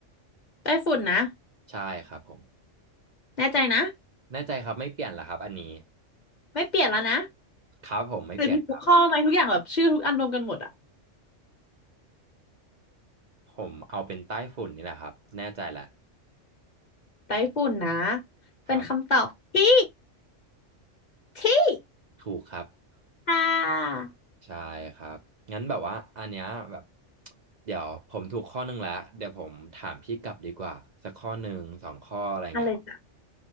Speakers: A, on the left; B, on the right.
A: ไต้ฝุ่นนะ
B: ใช่ครับผม
A: แน่ใจนะ
B: แน่ใจครับไม่เปลี่ยนเหรอครับอันนี้
A: ไม่เปลี่ยนแล้วนะ
B: ครับผมไม่เปลี่ยนครับ
A: หรือทุกข้อไหมทุกอย่างแบบชื่อทุกอันรวมกันหมดอะ
B: ผมเอาเป็นใต้ฝุ่นนี่แหละครับแน่ใจแหละ
A: ไต้ฝุ่นนะเป็นคำตอบที่
B: ครับ
A: ที่
B: ถูกครับ
A: อ่า
B: ใช่ครับงั้นแบบว่าอันเนี้ยแบบเดี๋ยวผมถูกข้อหนึ่งแล้วเดี๋ยวผมถามพี่กลับดีกว่าสักข้อหนึ่งสองข้ออะไรเงี้ย
A: อะไรจ้ะ